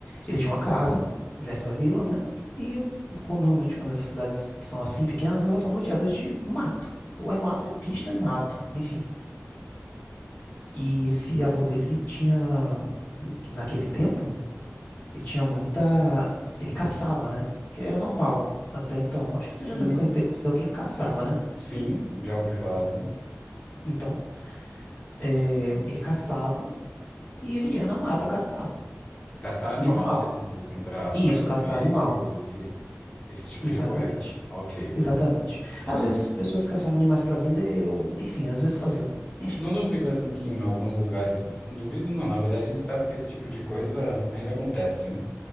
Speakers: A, on the left; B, on the left.
A: ele tinha uma casa nessa vila, né? E quando- normalmente quando essas cidades são assim pequenas, elas são rodeadas de mato. Ou é mato, é pista e mato, enfim. E esse avô dele, ele tinha, naquele tempo, ele tinha muita. Ele caçava, né? Que era normal até então. Acho que você já
B: Sim,
A: deve con- ter conhecido alguém que caçava, né?
B: sim, já ouvi falar assim.
A: Então, é, ele caçava e ele ia na mata caçar.
B: Caçar animal,
A: Normal.
B: você diz, assim, para
A: Isso,
B: para comer
A: caçar animal.
B: esse, esse tipo
A: Exatamente.
B: de coisa. Ok.
A: Exatamente.
B: Aham.
A: Às vezes, pessoas caçavam animais para vender, ou enfim, às vezes faziam. Enfim,
B: Não duvido, assim, que em alguns lugares. Não Duvido, não. Na verdade, a gente sabe que esse tipo de coisa ainda acontece, né?